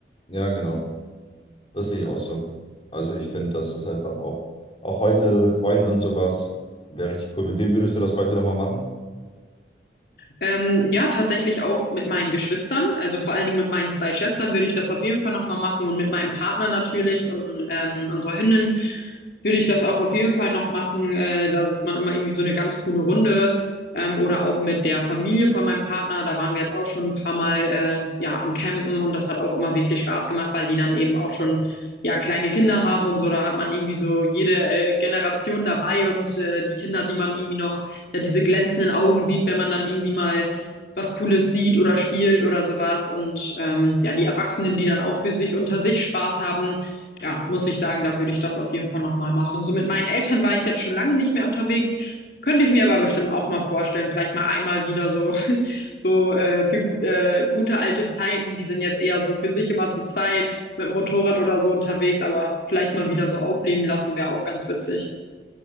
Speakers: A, on the left; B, on the left.
A: Ja, genau. Das sehe ich auch so. Also ich finde, das ist einfach auch, auch heute mit Freunden und sowas, wäre richtig cool. Mit wem würdest du das heute nochmal machen?
B: Ähm, ja, tatsächlich auch mit meinen Geschwistern, also vor allen Dingen mit meinen zwei Schwestern würde ich das auf jeden Fall nochmal machen und mit meinem Partner natürlich und, und ähm, unserer Hündin würde ich das auch auf jeden Fall noch machen, äh, dass man immer irgendwie so eine ganz coole Runde ähm, oder auch mit der Familie von meinem Partner, da waren wir jetzt auch schon ein paar Mal äh, ja am Campen und das hat auch immer wirklich Spaß gemacht, weil die dann eben auch schon ja kleine Kinder haben und so, da hat man irgendwie so jede äh, Generation dabei und äh, die Kinder, die man irgendwie noch ja diese glänzenden Augen sieht, wenn man dann irgendwie mal was Cooles sieht oder spielt oder sowas. Und ähm, ja, die Erwachsenen, die dann auch für sich unter sich Spaß haben, ja, muss ich sagen, da würde ich das auf jeden Fall nochmal machen. So mit meinen Eltern war ich jetzt schon lange nicht mehr unterwegs. Könnte ich mir aber bestimmt auch mal vorstellen, vielleicht mal einmal wieder so, <laughs> so äh, für gut, äh, gute alte Zeiten, die sind jetzt eher so für sich immer zu zweit mit dem Motorrad oder so unterwegs, aber vielleicht mal wieder so aufleben lassen, wäre auch ganz witzig.